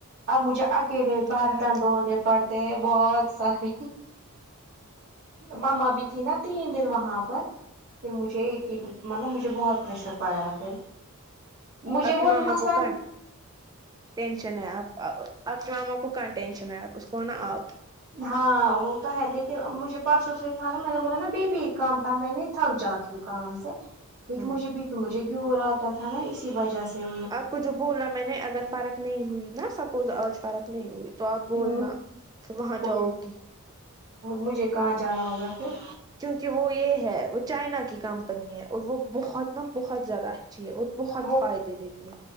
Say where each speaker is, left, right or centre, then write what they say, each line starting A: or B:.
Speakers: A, on the right; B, on the right.
A: اب مجھے اکیلے برتن
B: ہاں ہاں
A: دھونے پڑتے ہیں بہت سارے- ماما بی تھی ن- تین دن وہاں پر پھر مجھے ایک ہی مطلب مجھے بہت پریشر پڑا پھر- مجھے
B: آپ
A: وہ
B: کے ماما
A: نمبر-
B: کو کہاں آپ، آپ کے ماما کو کہاں ٹینشن ہے آپ اس کو نا آپ-
A: ہاں وہ تو ہے لیکن مجھے پرسوں سے تھا نا میں نے بولا نا بی بھی ایک کام تھا میں نہیں تھک جاتی ہوں- کام سے لکہ
B: ہوں
A: مجھے-مجھے گور آتا تھا نا اسی وجہ سے-
B: آپ کو جو بولا میں نے اگر فارق نہیں ہوئی نا سب- آج فرق نہیں ہوگی تو آپ بولنا
A: ہوں
B: پ وہاں
A: کوئی
B: جاؤ گی-
A: مجھے کہاں جانا ہوگا پھر-
B: کیونکہ وہ یہ ہے وہ چائنا کی کمپنی ہے اور وہ بہت نا بہت زیادہ ہے- ا اور بہت
A: وہ
B: فائدے دیتی ہے